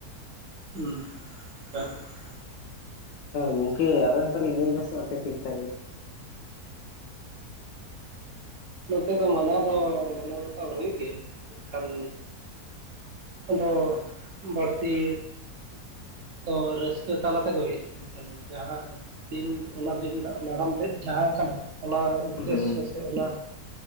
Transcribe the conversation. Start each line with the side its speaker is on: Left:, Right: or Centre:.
Right: ᱦᱩᱸ <unintelligible>
Left: ᱜᱚᱝᱠᱮ ᱟᱵᱮᱱ ᱯᱟᱨᱤ ᱞᱟᱹᱭ ᱢᱮᱥᱮ ᱚᱱᱛᱮ ᱴᱷᱤᱠ ᱴᱷᱟᱠ ᱜᱮ
Right: ᱱᱚᱛᱮ ᱫᱚ ᱢᱟᱱᱟᱣ ᱫᱚ ᱢᱟᱱᱟᱣ ᱵᱟᱛᱟᱣ ᱦᱩᱭᱩᱜ ᱜᱮᱭᱟ ᱢᱮᱱᱠᱷᱟᱱ ᱟᱫᱚ ᱵᱟᱹᱲᱛᱤ ᱛ ᱨᱟᱹᱥᱠᱟᱹ ᱛᱟᱞᱟ ᱛᱮᱜᱮ ᱦᱩᱭᱩᱜᱼᱟ ᱡᱟᱦᱟᱸ ᱫᱤᱱ ᱚᱱᱟ ᱫᱤᱱ ᱨᱮᱱᱟᱜ ᱱᱟᱜᱟᱢ ᱛᱮᱫ ᱡᱟᱦᱟᱸ ᱠᱟᱱᱟ ᱚᱱᱟ ᱩᱫᱽᱫᱮᱥᱥᱚ
Left: ᱦᱮᱸ
Right: ᱥᱮ ᱚᱱᱟ